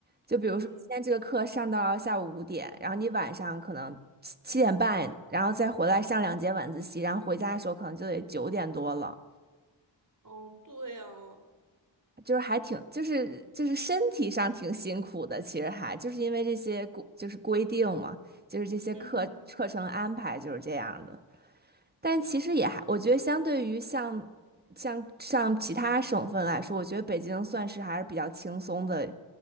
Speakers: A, on the right (about 20°); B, on the right (about 45°).
A: 就比如说今天这个课上到下午五点，
B: 嗯
A: 然后你晚上可能七七点半，然后再回来上两节晚自习，然后回家的时候可能就得九点多了。
B: 哦对哦，
A: 就是还挺，就是就是身体上挺辛苦的，其实还就是因为这些规就是规定嘛，就是这些课课程安排就是这样的。
B: 嗯
A: 但其实也还，我觉得相对于像像像其他省份来说，我觉得北京算是还是比较轻松的，